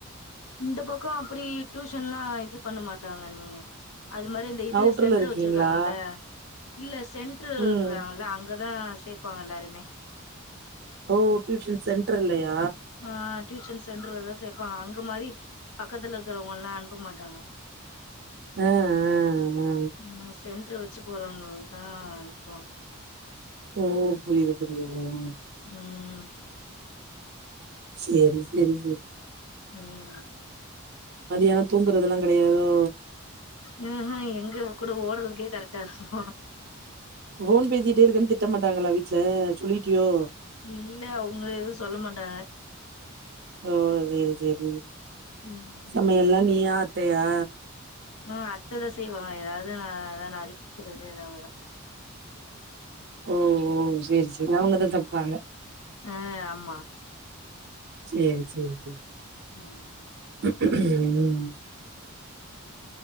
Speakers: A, on the left (about 85°); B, on the right (about 50°).
A: இந்த பக்கோ அப்டி டியூஷன்லா இதுப் பண்ண மாட்டாங்க அண்ணி அது மாத்ரி அந்த இது
B: அவுட்டர்ல
A: சென்ட்ரு
B: இருக்கீங்களா
A: வச்சிருக்காங்கல்ல இல்ல சென்ட்ரு இருக்கறாங்கல
B: ம்
A: அங் கதா சேப்பாங்க எல்லாருமே
B: ஓ டியூஷன் சென்ட்ர்லயா
A: ஆ டியூஷன் சென்ட்ர்லதா சேப்பாங்க அங்கு மாரி பக் கத்துல இருக்கிறவங்கல்லா அனுப்ப மாட்டாங்க
B: ஆ ஆ ஆ
A: ம் சென்ட்ரு வச்சு போறவங்ளுக்கு தா அனுப்புவாங்க
B: ஓ புரியுது புரியுது ஆ
A: ம்
B: சேரி செரி செரி
A: ம்
B: மதியானோ தூங்குறதெல்லா கெடையாதோ
A: ம்ஹூம் எங்க இவகூட ஓடுறதுக்கே கரெக்டா இருக்கூ
B: ஃபோன் பேசிட்டே இருக்கேன் திட்ட மாட்டாங்களா வீட்ல சொல்லி ட்டியோ
A: இல்ல அவுங்க எதூ சொல்ல மாட்டாங்க
B: ஓ செரி சேரி
A: ம்
B: சமையல்லா நீயா அத் த்தையா
A: உ அத்ததா செய்வாங்க ஏதாவ்து நா அதா நறுக்கி குடுக்குறது ஏதாவ்து <inaudible>
B: ஓஓ சேரி செரி அவுங்கதா சம்ப்பாங்க
A: ஆ ஆமா
B: சேரி சேரி சேரி
A: ம்
B: ம்